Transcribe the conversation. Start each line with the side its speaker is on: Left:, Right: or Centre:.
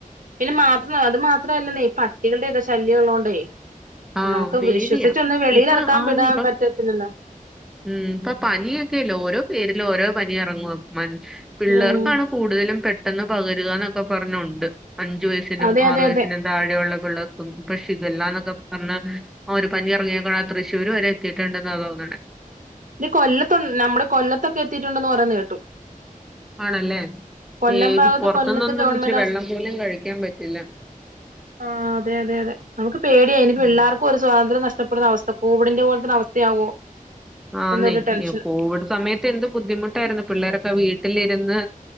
Right: പിന്നെ മാത്രം അത് മാത്രല്ലന്നേ ഈ പ - പട്ടികളുടെ ഒക്കെ ശല്യവുള്ളോണ്ടെ
Centre: ആ
Right: നമുക്ക്
Centre: പേടിയാ
Right: വിശ്വസിച്ചൊന്ന് വെളിയിലിറക്കാൻ
Centre: ഇപ്പൊ ആന്ന്
Right: വിടാൻ
Centre: ഇപ്പൊ
Right: പറ്റ ഇല്ലല്ലോ
Centre: ഉം ഇപ്പ പനിയൊക്കെയല്ല ഓരോ പേരിലും ഓരോ പനി ഇറങ്ങവാ മനു പിള്ളേർക്കാണോ
Right: ഉം
Centre: - കൂടുതലും പെട്ടെന്ന് പകരാന്നൊക്കെ പറഞ് ഒണ്ട് അഞ്ചു വയസിനും
Right: അതെ അതെ
Centre: ആറു വയസിനും
Right: അതെ
Centre: താഴെയുള്ള പിള്ളേർക്കും പക്ഷെ ഇതെല്ലാന്നൊക്കെ പറഞ്ഞാ ആഹ് ഒരു പനി ഇറങ്ങിയേക്കണ് ആഹ് തൃശ്ശൂര് വരെ എത്തിട്ടുണ്ട് എന്നാ തോനണെ
Right: ഇത് കൊല്ലത്ത് ഒൺ നമ്മുടെ കൊല്ലത്തൊക്കെ എത്തിയിട്ടുണ്ടന്ന് പറയുന്നത് കേട്ടു.
Centre: ആണല്ലേ
Right: കൊല്ലം
Centre: ഈ
Right: ഭാഗത്ത്
Centre: പൊറത്തുന്നൊന്നും
Right: കൊല്ലത്ത് ഗവൺമെന്റ്
Centre: ഇച്ചിരി വെള്ളം
Right: ആശുപത്രി
Centre: പോലും കഴിക്കാൻ പറ്റില്ല.
Right: ആഹ് അതെ അതെ അതെ നമുക്ക് പേടിയാ ഇനി
Centre: ഉം
Right: പിള്ളേർക്ക ഇപ്പൊ ഒരു സ്വാതന്ത്യം നഷ്ടപ്പെടുന്ന അവസ്ഥ കോവിഡിന്റെ പോലത്തെ അവസ്ഥയാവോ?
Centre: ആന്നേ
Right: എന്നൊരു ടെൻഷൻ
Centre: ഈ കോവിഡ് സമയത്ത് എന്ത് ബുദ്ധിമുട്ടായിരുന്നു പിള്ളേരൊക്കെ വീട്ടിലിരുന്ന്